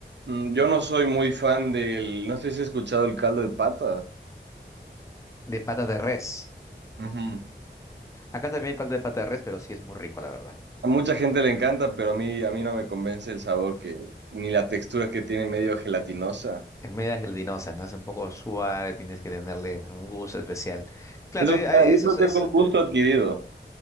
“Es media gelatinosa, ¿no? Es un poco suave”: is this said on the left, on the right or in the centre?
Left